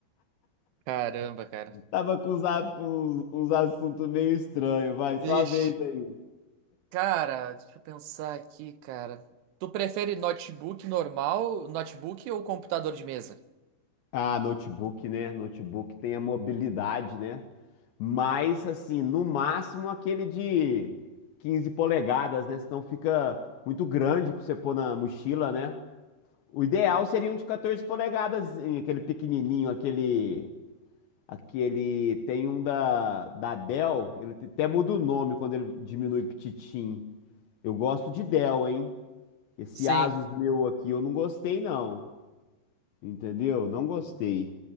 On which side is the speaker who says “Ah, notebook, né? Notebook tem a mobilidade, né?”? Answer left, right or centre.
Left